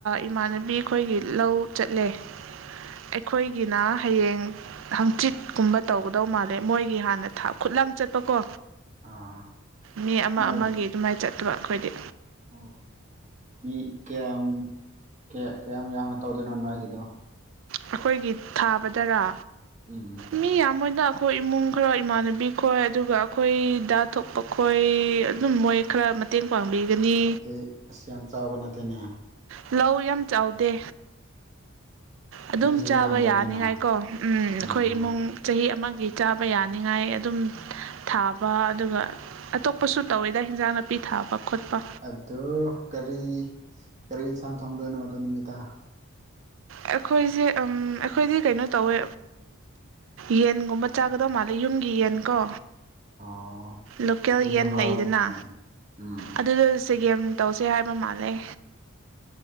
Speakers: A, on the right; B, on the right.
A: ꯏꯃꯥꯟꯅꯕꯤ ꯑꯩꯈꯣꯏꯒꯤ ꯂꯧ ꯆꯠꯂꯦ ꯑꯩꯈꯣꯏꯒꯤꯅ ꯍꯌꯦꯡ ꯍꯪꯆꯤꯠꯀꯨꯝꯕ ꯇꯧꯒꯗꯧ ꯃꯥꯜꯂꯦ ꯃꯣꯏꯒꯤ ꯍꯥꯟꯅ ꯊ ꯈꯨꯠꯂꯥꯡ ꯆꯠ ꯆꯠꯄꯀꯣ
B: ꯑꯥ
A: ꯃꯤ ꯑꯃ
B: ꯅꯣꯏ
A: ꯑꯃꯒꯤ ꯑꯗꯨꯃꯥꯏꯅ ꯆꯠꯇꯕ ꯑꯩꯈꯣꯏꯗꯤ
B: ꯑꯣ ꯃꯤ ꯀꯌꯥꯝ ꯀꯌꯥ ꯀꯌꯥꯝ ꯌꯥꯝꯅ ꯇꯧꯗꯣꯏꯅꯣ ꯅꯣꯏꯒꯤꯗꯣ
A: ꯑꯩꯈꯣꯏꯒꯤ ꯊꯥꯕꯗꯔꯥ
B: ꯎꯝ
A: ꯃꯤ ꯌꯥꯝꯕꯅ ꯑꯩꯈꯣꯏ ꯏꯃꯨꯡ ꯈꯔꯣꯏ ꯏꯃꯥꯟꯅꯕꯤ ꯈꯣꯏ ꯑꯗꯨꯒ ꯑꯩꯈꯣꯏꯗ ꯊꯣꯛꯄ ꯈꯣꯏ ꯑꯗꯨꯝ ꯃꯣꯏ ꯈꯔ ꯃꯇꯦꯡ ꯄꯥꯡꯕꯤꯒꯅꯤ
B: ꯑꯗꯨꯗꯤ ꯑꯁꯤ ꯌꯥꯝ ꯆꯥꯎꯕ ꯅꯠꯇꯦꯅꯦ
A: ꯂꯧ ꯌꯥꯝ ꯆꯥꯎꯗꯦ ꯑꯗꯨꯝ
B: ꯃꯤꯁꯨ
A: ꯆꯥꯕ
B: ꯌꯥꯝꯗꯕꯅꯤꯅ
A: ꯌꯥꯅꯤꯉꯥꯏꯀꯣ ꯑꯩꯈꯣꯏ
B: ꯑꯣ
A: ꯏꯃꯨꯡ ꯆꯍꯤ ꯑꯃꯒꯤ ꯆꯥꯕ ꯌꯥꯅꯤꯡꯉꯥꯏ ꯑꯗꯨꯝ ꯊꯥꯕ ꯑꯗꯨꯒ ꯑꯇꯣꯞꯄꯁꯨ ꯇꯧꯋꯦꯗ ꯍꯤꯟꯖꯥꯡ ꯅꯥꯄꯤ ꯊꯥꯕ ꯈꯣꯠꯄ
B: ꯑꯣ ꯀꯔꯤ ꯀꯔꯤ ꯌꯦꯟꯁꯥꯡ ꯊꯣꯡꯗꯣꯏꯅꯣ ꯑꯗꯣ ꯅꯨꯃꯤꯗꯥ
A: ꯑꯩꯈꯣꯏꯁꯦ ꯑꯩꯈꯣꯏꯗꯤ ꯀꯩꯅꯣ ꯇꯧꯋꯦ ꯌꯦꯟꯒꯨꯝꯕ ꯆꯥꯒꯗꯧ ꯃꯥꯜꯂꯦ ꯌꯨꯝꯒꯤ ꯌꯦꯟꯀꯣ
B: ꯑꯣ
A: ꯂꯣꯀꯦꯜ
B: ꯑꯗꯨꯁꯨ
A: ꯌꯦꯟ
B: ꯍꯥꯎꯕꯅꯤꯅꯦ
A: ꯂꯩꯗꯅ
B: ꯎꯝ
A: ꯑꯗꯨꯗ ꯆꯒꯦꯝ ꯇꯧꯁꯦ ꯍꯥꯏꯕ ꯃꯥꯥꯟꯂ‌ꯦ